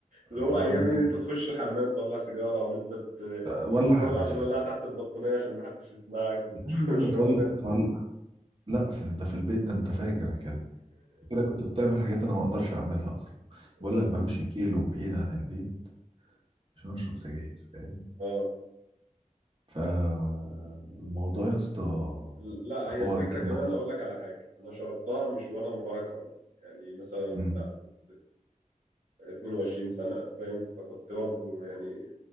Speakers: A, on the right (about 75°); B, on the right (about 40°).
A: اللي هو
B: ونروح
A: ايام
B: نقعد
A: إيه؟ ان
B: في-
A: انت تخش الحمام تولع سيجاره وان انت ت-
B: ولع
A: تولع
B: في-
A: بالولاعه تحت البطانيه عشان ما حدش يسمعك
B: لا لا
A: والشغلانه
B: لا تولع
A: <laughs> دي
B: تولع لا في ال- ده في البيت ده أنت فاجر كده كده كنت بتعمل حاجات أنا ما أقدرش أعملها أصلا
A: <laughs>
B: بقول لك بمشي كيلو بعيد عن البيت عشان أشرب سجاير فاهم
A: اه
B: فالموضوع يا اسطى
A: لا هي
B: هو
A: الفكرة
B: كان
A: كمان أقول لك على حاجة أنا شربتها مش وأنا مراهق أوي يعني مثلا
B: مم.
A: لا كنت 22 سنة فاهم فكنت برضو يعني